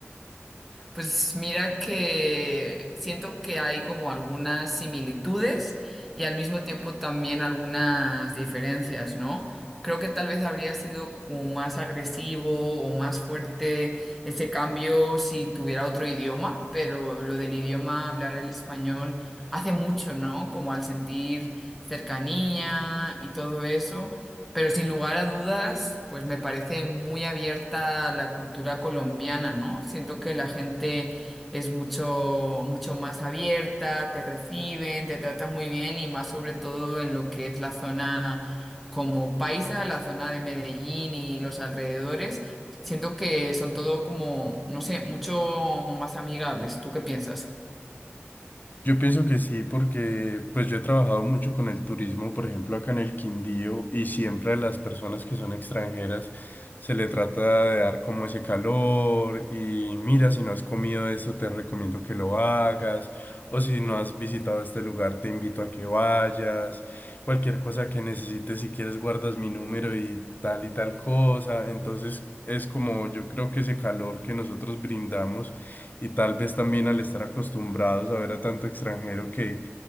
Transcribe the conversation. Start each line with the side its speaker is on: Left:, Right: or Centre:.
Centre: Pues mira que siento que hay como algunas similitudes y al mismo tiempo también algunas diferencias, ¿no? Creo que tal vez habría sido como más agresivo o más fuerte ese cambio si tuviera otro idioma, pero lo del idioma, hablar el español, hace mucho, ¿no? Como al sentir cercanía y todo eso. Pero sin lugar a dudas, pues me parece muy abierta la cultura colombiana, ¿no? Siento que la gente es mucho, mucho más abierta, te reciben, te tratan muy bien y más sobre todo en lo que es la zona como Paisa, la zona de Medellín y los alrededores. Siento que son todo como, no sé, mucho más amigables. ¿Tú qué piensas?
Left: Yo pienso que sí, porque pues yo he trabajado mucho con el turismo, por ejemplo, acá en el Quindío, y siempre a las personas que son extranjeras se le trata de dar como ese calor, y mira, si no has comido eso, te recomiendo que lo hagas, o si no has visitado este lugar, te invito a que vayas, cualquier cosa que necesites, si quieres, guardas mi número y tal y tal cosa, entonces es como yo creo que ese calor que nosotros brindamos y tal vez también al estar acostumbrados a ver a tanto extranjero que